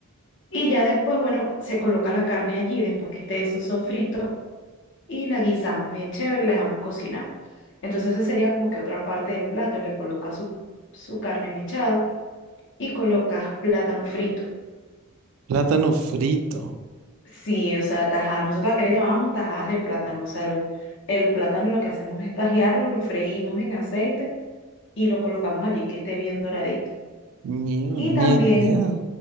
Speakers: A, on the left; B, on the right.
A: y ya después, bueno, se coloca la carne allí después que esté eso sofrito y la guisamos bien chévere, la dejamos cocinar. Entonces, esa sería como que otra parte del plato, le colocas su, su carne mechada y colocas plátano frito.
B: Plátano frito.
A: Sí, o sea, tajadas, nosotros que le llamábamos tajadas de plátano, o sea, el, el plátano lo que hacemos es tajearlo, lo freímos en aceite y lo colocamos allí que esté bien doradito.
B: Mierda,
A: Y también
B: ni idea.